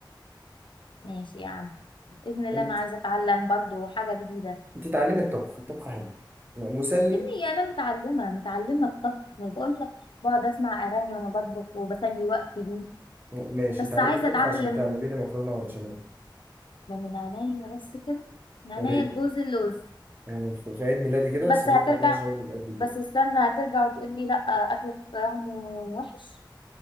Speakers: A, on the left (about 75°); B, on the right (about 25°).
A: ماشي يا عم باذن الله
B: انت
A: انا عايزه اتعلم برضو حاجه جديده
B: انت اتعلمي الطبخ الطبخ حلو مسلي
A: يا ابني انا متعلمه متعلمه الطبخ بقول لك بقعد اسمع اغاني وانا بطبخ وبسلي وقتي بيه
B: ماشي
A: بس
B: اتعلمي
A: عايزه
B: الطبخ
A: اتعامل
B: عشان تعملي لي مكرونه وبشاميل
A: ده من عينيا بس كده من عينيا
B: وريني
A: الجوز اللوز
B: يعني في في عيد ميلادي كده
A: بس
B: صينية
A: هترجع
B: مكرونة بشاميل قد الدنيا
A: بس استنى هترجع وتقول لي لا اكلك طعمه وحش